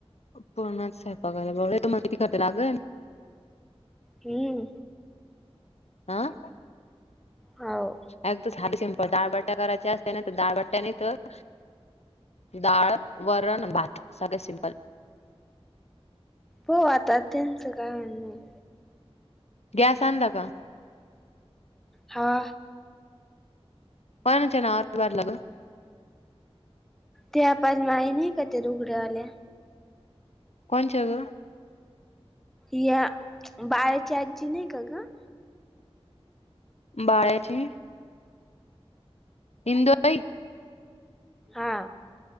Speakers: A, on the left; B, in the centre.
A: पुरणांच्यां स्वयंपाकाले लंय घणटे ब मंग किती घटं लागे
B: थीमं
A: हां
B: हो
A: अ तं झांली तरं दहाबट्ट्यां करायंचे नाहीं तरं दह डाळबट्ट्या नाहीं तरं डाळं वरंण भांत सगळें साधं सिम्पल
B: हो आतान त्यांचं काऊय म्हं नाहीं
A: गॅस आणंला कां
B: हां
A: पाण्यांच्या नावां नां द्वाद लागलां भरंपूर
B: ते आपणं माही नाहीं कां ते रुघड्यांवाल्यां
A: कोणच्यां गं
B: यां बारांची आजी नाहीं कां गं
A: बाळ्यांची ईदुय ताईं
B: हां